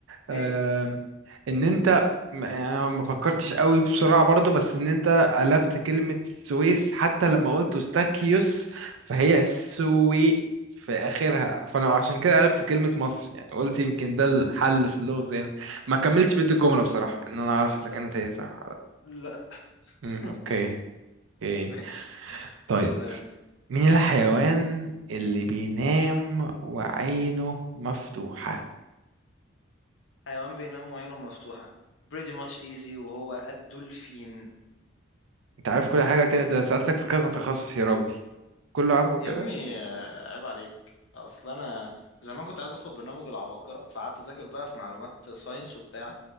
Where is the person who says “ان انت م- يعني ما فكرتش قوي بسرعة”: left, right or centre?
Right